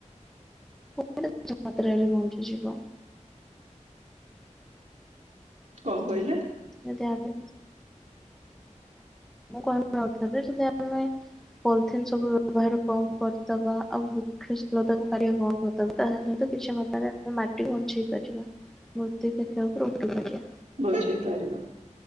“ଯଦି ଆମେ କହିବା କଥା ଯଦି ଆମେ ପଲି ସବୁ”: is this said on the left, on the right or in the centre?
Centre